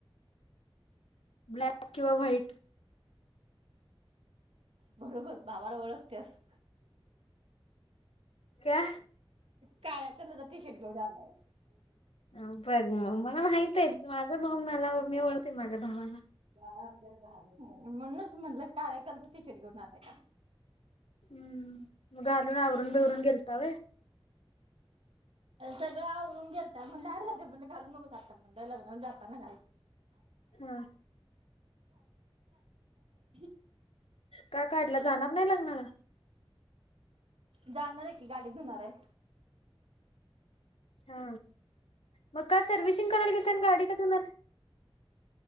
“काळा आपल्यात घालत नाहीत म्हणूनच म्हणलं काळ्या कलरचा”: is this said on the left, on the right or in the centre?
Right